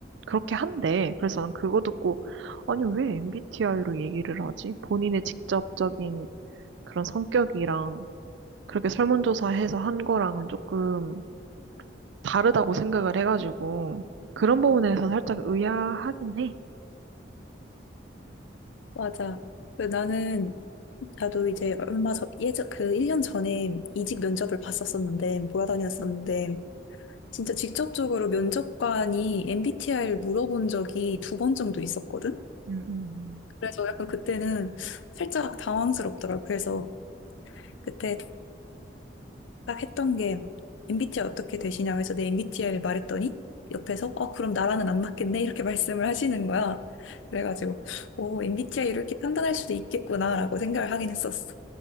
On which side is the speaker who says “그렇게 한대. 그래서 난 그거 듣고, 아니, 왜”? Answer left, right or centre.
Right